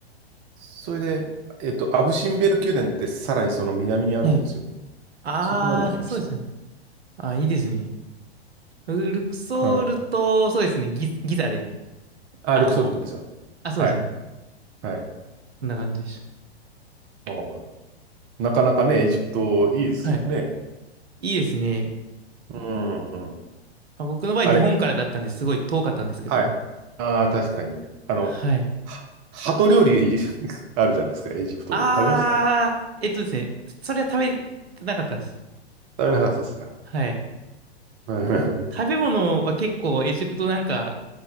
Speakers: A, on the right; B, on the right.
A: それで、えっと、アブシンベル宮殿ってさらにその南にあるんですよね。
B: はい。あー、
A: そこまで行きましたね。
B: そうですね。あ、いいですね。ルルクソールと、
A: はい。
B: そうですね。ギ、ギザで、
A: あ、
B: あの、
A: ルクソルとギザ。
B: あ、そうですね。
A: はい。はい。
B: こんな感じでし
A: あーなかなかね、エジプトいいですよね。
B: た。はい。いいですね。
A: うんうん。
B: まあ、僕の場合、
A: あれ、
B: 日本からだったんですごい遠かったんですけど。
A: はい。ああ、確かにね。あの、
B: はい。
A: は鳩料理 <laughs> あるじゃないですか、エジプトで。
B: あー、
A: 食べました
B: えっとですね、それは食べてなかったです。
A: 食べなかったですか
B: はい。
A: うん
B: 食べ物は結構エジプトなんか